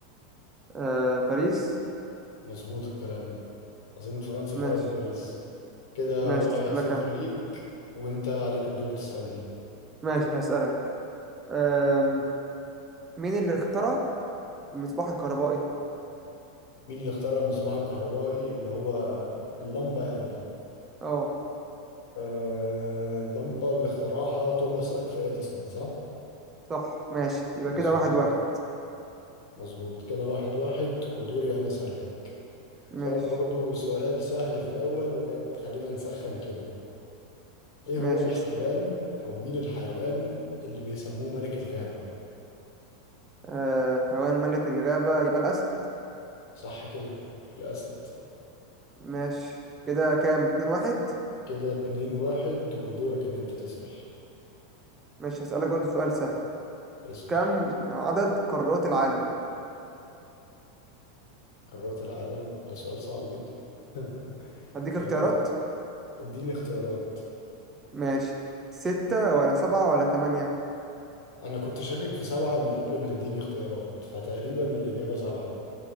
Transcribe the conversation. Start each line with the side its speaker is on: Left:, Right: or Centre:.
Right: آه باريس
Left: مظبوط الكلام عاصمة فرنسا فعلا
Right: ماشي
Left: باريس كده
Right: ماشي
Left: واحد
Right: هسألك
Left: صفر
Right: أنا
Left: ليك وانت عليك الدور تسألني
Right: ماشي هسألك آم، مين اللي اخترع المصباح الكهربائي؟
Left: مين اللي اخترع المصباح الكهربائي اللي هو اللمبة يعني
Right: اه
Left: آه اللمبة اللي اخترعها توماس ألفا إديسون صح؟
Right: صح ماشي يبقى
Left: مظبوط
Right: كده واحد واحد
Left: مظبوط كده واحد واحد ودوري أنا أسألك أسألك
Right: ماشي
Left: برضو سؤال سهل في الأول لغاية خلينا نسخن كده إيه
Right: ماشي
Left: هو الحيوان
Right: اسأل
Left: أو مين الحيوان اللي بيسموه ملك الغابة
Right: آه حيوان ملك الغابة يبقى الأسد
Left: صح كده الأسد
Right: ماشي كده كام اتنين واحد
Left: كده اتنين واحد ودورك إن أنت تسأل
Right: ماشي هسألك برضو سؤال سهل
Left: اسأل
Right: كم عدد قارات العالم؟
Left: قارات العالم ده سؤال صعب جدا <laughs>
Right: هديك
Left: تمام
Right: اختيارات
Left: اديني اختيارات
Right: ماشي ستة ولا سبعة ولا تمانية؟
Left: انا كنت شاكك في سبعة من قبل ما تديني اختيارات فتقريبا الإجابة سبعة